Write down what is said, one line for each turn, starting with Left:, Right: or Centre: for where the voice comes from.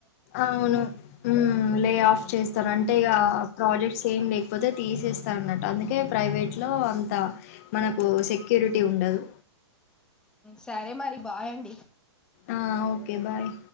Left: అవును హు లే ఆఫ్ చేస్తారంట అే ప్రాజెక్ట్స్ ఏం లేకపోతే తీసేస్తా అన్నట్టు అందుకే ప్రైవేట్ లో అంత మన సెక్యూరిటీ ఉండదు
Centre: సరే మరి బాయండి
Left: ఆ ఓకే బాయ్